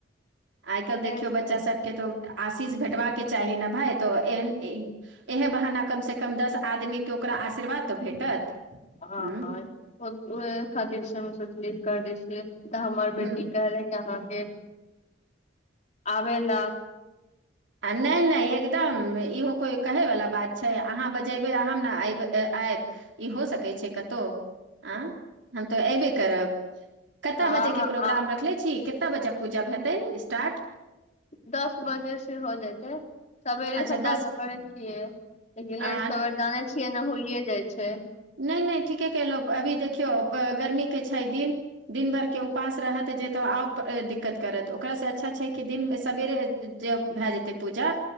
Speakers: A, on the right; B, on the left.
A: आइ काल्हि देखियौ
B: तैं से
A: बच्चा सबके तो आशीष भेटबाक चाही ने भाई, तो एहन इएह बहाना कमसँ कम से कम दस आदमी के ओकरा आशीर्वाद तऽ भेटत।
B: हँ
A: हूँ
B: ओहे खातिर से हम सोचलि कर दै छियै, तऽ हमर बेटी
A: हूँ
B: कहले अहाँके आबै लए।
A: आ नहि-नहि एकदम इहो कोइ कहै वला बात छै, अहाँ बजेबै हम ना अइब आयब। ई हो सकैत छै कत‌ऊ, आँ हम तऽ अऐबे करब। कता
B: तऽ
A: बजे
B: अहाँ
A: के प्रोग्राम
B: आ-
A: रखले छी, कएते बजे पूजा हेतै स्टार्ट।
B: दस बजे से हो जेतै। सबेरे
A: अच्छा
B: सकाल
A: दस
B: त करेत छियै, लेकिन
A: आ
B: लेट सबेर जाने छियै न होइए जाइ छै।
A: नहि-नहि ठीके केलहुँ, अभी देखियौ गर्मीके छै दिन। दिन भरके उपास रहत जे तऽ आउ दिक्कत करत, ओकरासँ अच्छा छै कि दिनम सवेरे ज्यो भए जेतै पूजा।